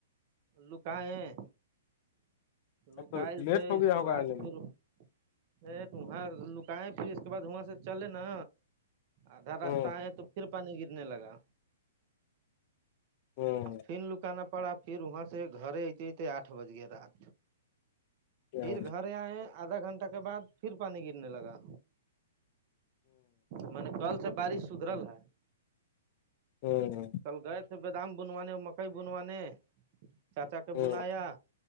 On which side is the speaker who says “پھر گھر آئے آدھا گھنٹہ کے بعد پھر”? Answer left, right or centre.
Right